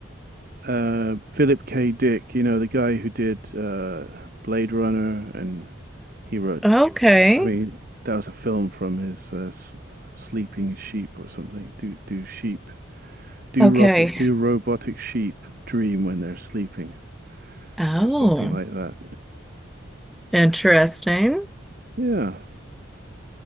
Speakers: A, on the right; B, in the centre.
A: uh Philip K. Dick, you know, the guy who did uh Blade Runner and he wrote
B: Okay.
A: I mean, that was a film from his uh, S- Sleeping Sheep or something. Do do sheep do
B: Okay.
A: rob do robotic sheep dream when they're sleeping
B: Oh,
A: or something like that?
B: interesting.
A: <laughs> yeah.